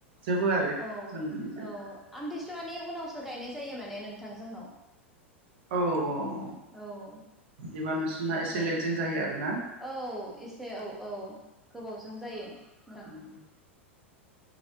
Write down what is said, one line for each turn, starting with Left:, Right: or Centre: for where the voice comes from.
Right: जोबो आरो
Centre: औ
Right: जोंनि
Centre: औ आमथिसुवानि उनाव सो गायनाय जायो माने नोंथां जोंनाव।
Right: औ औ।
Centre: औ
Right: बिदिबा नोंसोरना एसे
Centre: औ
Right: लेटजों जायो आरोना
Centre: औ एसे औ औ। गोबावजों जायो। नोंथां
Right: उम।